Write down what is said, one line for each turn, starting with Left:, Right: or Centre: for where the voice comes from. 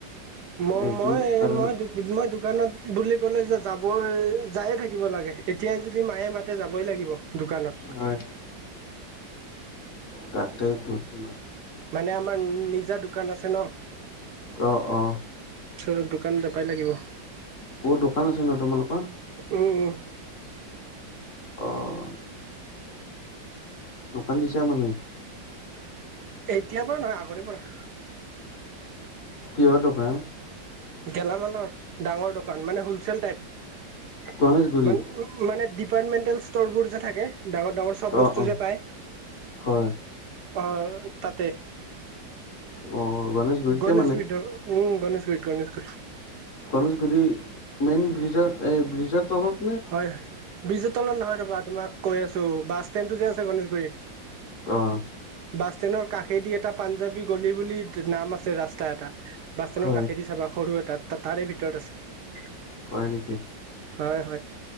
Right: ম
Left: এইটো
Right: মই
Left: কাৰণে।
Right: মই মই দোকানত বুলি কলে যে যাবই যায়ে থাকিব লাগে এতিয়াই যদি মায়ে মাতে যাবই লাগিব দোকানত
Left: হয়। তাতেইতো তোমাৰ
Right: মানে আমাৰ নিজা দোকান আছে ন'।
Left: অহ অহ।
Right: ত দোকানতে পাই লাগিব
Left: ক'ত দোকান আছে ন' তোমালোকৰ?
Right: উম উম
Left: অহ! দোকান দিশা মানে
Right: এতিয়াৰ পৰা নহয় আগৰে পৰা
Left: কিহৰ দোকান
Right: গেলামালৰ ডাঙৰ দোকান মানে হলচেল টাইপ
Left: গণেশগুৰিত
Right: মান মানে ডপাৰ্টমেন্টেল ষ্টৰবোৰ যে থাকে ডাঙৰ ডাঙৰ চব
Left: অ
Right: বস্তু
Left: অ
Right: যে পায়
Left: হয়
Right: আহ তাতে
Left: অ গণেশগুৰিতে
Right: গণেশ
Left: মানে
Right: বিীঠ উম গণেশ পীঠ গণেশ গ
Left: কলেজ গু মেইন ব্ৰিজত এই ব্ৰিজত অলপ
Right: হয় বজু তলত নহয় ৰ'বা তোমাক কৈ আছো বাছ ষ্টেণ্ড টো যে আছে গণেশগুৰি
Left: অ
Right: বাছষ্টেণ্ডৰ কাষেদি এটা পাঞ্জাৱী গলি বুলি নাম আছে ৰাস্তা এটা বাছ ষ্টেণ্ডৰ
Left: হয়
Right: কাষেদি চাব সৰু এটা তাৰে ভিতৰত আছে
Left: হয় নেকি
Right: হয়, হয়।